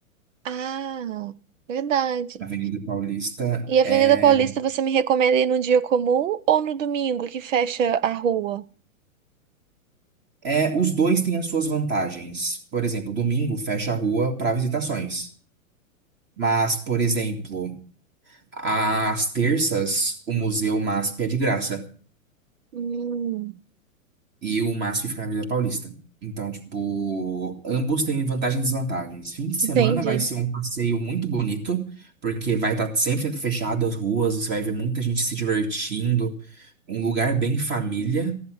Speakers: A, on the right (about 65°); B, on the right (about 25°).
A: Ah, verdade.
B: Avenida Paulista
A: E a
B: é,
A: Avenida Paulista você me recomenda ir num dia comum ou no domingo que fecha a rua?
B: é os dois têm as suas vantagens. Por exemplo, domingo fecha a rua para visitações, mas por exemplo, às terças o Museu MASP é de graça
A: Hum,
B: e o MASP fica na Avenida Paulista. Então, tipo, ambos têm vantagens e desvantagens. Fim de semana
A: entendi.
B: vai ser um passeio muito bonito, porque vai estar 100% fechado as ruas, você vai ver muita gente se divertindo, um lugar bem família,